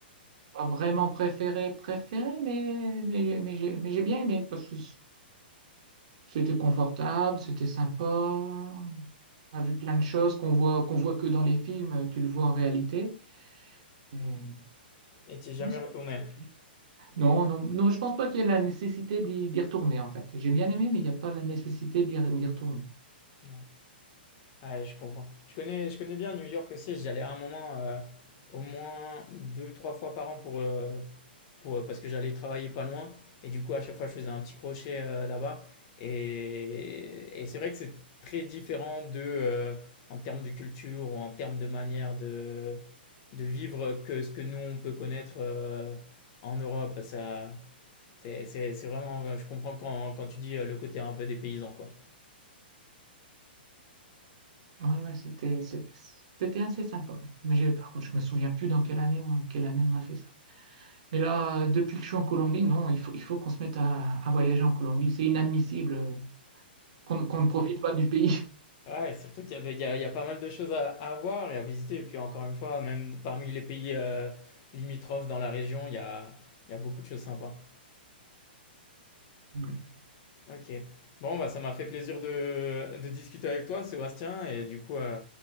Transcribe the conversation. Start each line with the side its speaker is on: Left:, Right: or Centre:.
Right: pas vraiment préféré, préféré, mais, mais, j'ai mais j'ai- mais j'ai bien aimé parce que c'était confortable, c'était sympa. On a vu plein de choses qu'on voit, qu'on voit que dans les films, tu le vois en réalité. Et,
Left: et tu es jamais
Right: non, c'était
Left: retourné.
Right: bien. Non, non, non, je pense pas qu'il y ait la nécessité d'y d'y retourner en fait. J'ai bien aimé, mais il n'y a pas la nécessité d'y d'y retourner.
Left: Ouais. Ah Ouais, je comprends. Je connais, je connais bien New York aussi. J'allais à un moment euh, au moins deux, trois fois par an pour, euh, pour, euh, parce que j'allais travailler pas loin. Et du coup, à chaque fois, je faisais un petit crochet euh, là-bas. Et, et c'est vrai que c'est très différent de, euh, en termes de culture ou en termes de manière de, de vivre que ce que nous, on peut connaître euh, en Europe. Ça, c'est, c'est, c'est vraiment, je comprends quand, quand tu dis euh, le côté un peu des paysans, quoi.
Right: Ouais, ouais, c'était c'est- c'était assez sympa. Mais j'ai- par contre, je me souviens plus dans quelle année, on- quelle année on a fait ça. Mais là, euh, depuis que je suis en Colombie, non, il faut, il faut qu'on se mette à, à voyager en Colombie. C'est inadmissible euh, qu'on qu'on ne profite pas du pays.
Left: Ouais, surtout qu'il y a, de- il y a- il y a pas mal de choses à, à voir et à visiter. Et puis encore une fois, même parmi les pays euh, limitrophes dans la région, il y a, il y a beaucoup de choses sympas.
Right: <laughs>
Left: Ok. Bon, bah, ça m'a fait plaisir de, de discuter avec toi, Sébastien. Et du coup, euh,